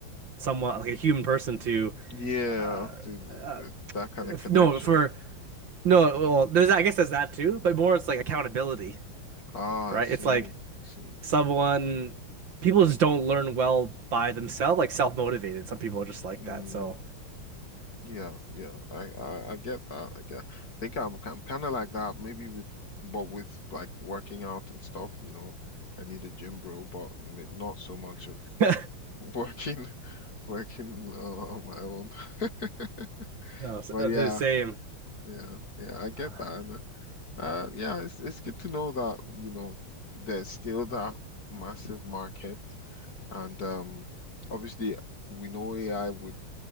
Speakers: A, on the right (about 60°); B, on the left (about 45°).
A: someone like a human person to
B: Yeah,
A: uh,
B: the,
A: uh
B: the- that kind
A: if-
B: of connection.
A: no for no well there's I guess there's that too but more it's like
B: Mhm.
A: accountability
B: Ah,
A: right
B: I see.
A: it's like
B: I see.
A: someone people just don't learn well by themselves like self-motivated some people are just like
B: Mm,
A: that so
B: yeah, yeah. I, I, I get that. I get. I think I'm, I'm kind of like that. Maybe with, but with like working out and stuff, you know, I need a gym bro, but m- not so much of
A: <laughs> no
B: working <laughs> working uh, on my own. <laughs>
A: s-
B: But
A: uh,
B: yeah,
A: the same
B: yeah, yeah, I get
A: uh,
B: that. And, uh, yeah, it's it's good to know that, you know, there's still that massive market. And um, obviously, we know AI would